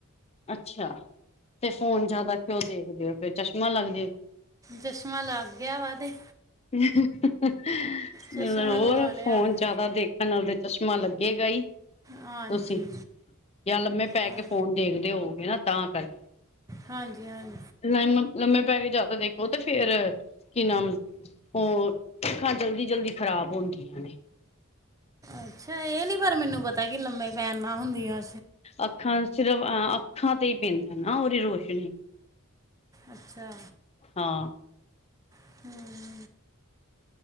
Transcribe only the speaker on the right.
ਚਸ਼ਮਾਂ ਲੱਗ ਗਿਆ ਵਾ ਤੇ।
ਚਸ਼ਮਾ
ਲਵਾ ਲਿਆ
ਹੈ।
ਹਾਂਜੀ
ਹਾਂ-
ਹਾਂਜੀ-ਹਾਂਜੀ।
ਅੱਛਾ, ਏ ਨੀ ਪਰ ਮੈਨੂੰ ਪਤਾ ਕੀ ਲੰਮੇ ਪੈਨ ਨਾਲ ਹੁੰਦੀਆ।
ਅੱਛਾ।
ਹੂੰ।